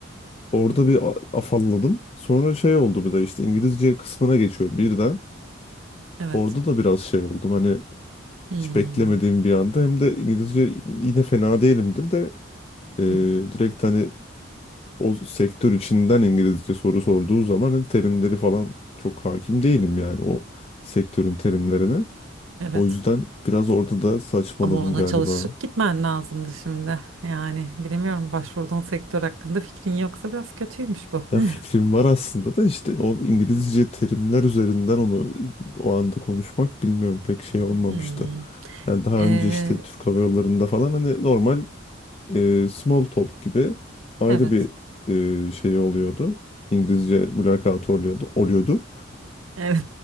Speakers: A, on the left; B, on the right.
A: Orada bir a- afalladım. Sonra şey oldu bir de işte İngilizce kısmına geçiyor birden.
B: Evet.
A: Orada da biraz şey oldum hani
B: Hmm.
A: hiç beklemediğim bir anda hem de İngilizce yine fena değilimdir de e,
B: Hı hı.
A: direkt hani o sektör içinden İngilizce soru sorduğu zaman hani terimleri falan çok hakim değilim yani o sektörün terimlerine.
B: Evet.
A: O yüzden biraz orada da saçmaladım
B: Ama ona
A: galiba.
B: çalışıp gitmen lazımdı şimdi. Yani bilemiyorum başvurduğun sektör hakkında fikrin yoksa biraz kötüymüş bu.
A: Ya
B: <laughs>
A: fikrim var aslında da işte o İngilizce terimler üzerinden onu o anda konuşmak bilmiyorum pek şey olmamıştı.
B: Hmm.
A: Yani daha
B: Ee,
A: önce işte Türk Hava Yolları'nda falan hani normal e, small talk gibi ayrı
B: evet.
A: bir e, şey oluyordu. İngilizce mülakatı oluyordu, oluyordu.
B: Evet.